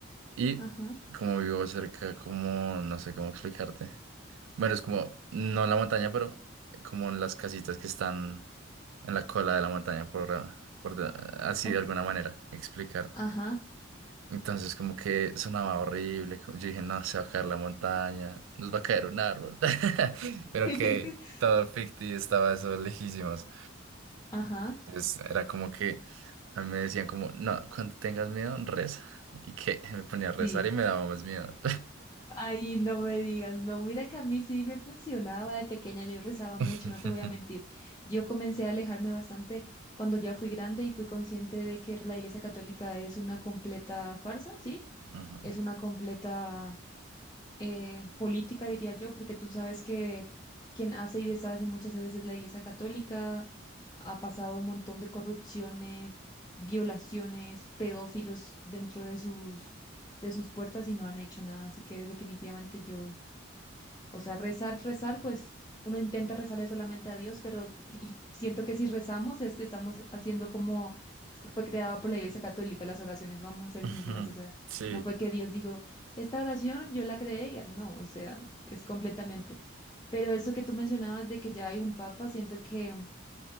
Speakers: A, on the right; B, on the left.
A: Y
B: ajá,
A: como vivo cerca, como, no sé cómo explicarte. Bueno, es como, no la montaña, pero como en las casitas que están en la cola de la montaña, por, ah, por de- así
B: ok,
A: de alguna manera explicar.
B: ajá,
A: Entonces como que sonaba horrible, como- yo dije, no, se va a caer la montaña, nos va a caer un árbol. <laughs> Pero
B: <laughs>
A: que todo ficti estaba eso lejísimos.
B: ajá,
A: Entonces era como que a mí me decían como, no, cuando tengas miedo, reza. Y que <laughs> me ponía
B: sí.
A: a rezar y me daba más miedo.
B: Ay, no me digas, no, mira que a mí sí me funcionaba de pequeña, yo rezaba mucho,
A: <laughs>
B: no te voy a mentir. Yo comencé a alejarme bastante cuando ya fui grande y fui consciente de que la Iglesia Católica es una completa farsa, ¿sí?
A: Ujú,
B: es una completa eh, política, diría yo, porque tú sabes que quien hace y deshace muchas veces es la Iglesia Católica, ha pasado un montón de corrupciones, violaciones, pedófilos dentro de sus, de sus puertas y no han hecho nada, así que definitivamente yo o sea, rezar, rezar, pues uno intenta rezarle solamente a Dios, pero y siento que si rezamos es que estamos haciendo como f- fue creado por la Iglesia Católica las oraciones, vamos a ser
A: ujú.
B: sinceras, o sea,
A: Sí,
B: no fue que Dios dijo, esta oración yo la creé, y a-". no, o sea, es completamente. Pero eso que tú mencionabas de que ya hay un papa, siento que